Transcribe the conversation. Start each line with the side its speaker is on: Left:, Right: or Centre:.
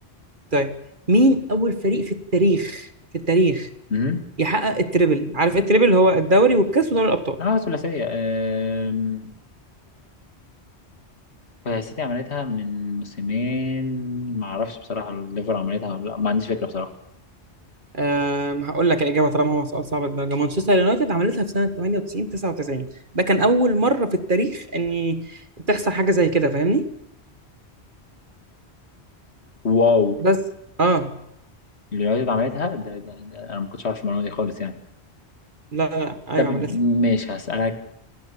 Right: طيب مين اول فريق في التاريخ في التاريخ
Left: امم
Right: يحقق التريبل عارف إيه التريبل هو الدوري والكاس ودوري الابطال
Left: اه ثلاثيه آم، السيتي عملتها من موسمين ما اعرفش بصراحه الليفر عملتها ولا لا ما عنديش فكره بصراحه
Right: آه هقول لك الاجابه طالما هو سؤال صعب الدرجه مانشستر يونايتد عملتها في سنه 98 99 ده كان اول مره في التاريخ ان تحصل حاجه زي كده فاهمني
Left: واو
Right: بس اه
Left: اليونايتد عملتها ده, ده, ده انا ما كنتش عارف المعلومه دي خالص يعني
Right: لا لا ايوه
Left: أيوة.
Right: عملتها
Left: طب ماشي هسألك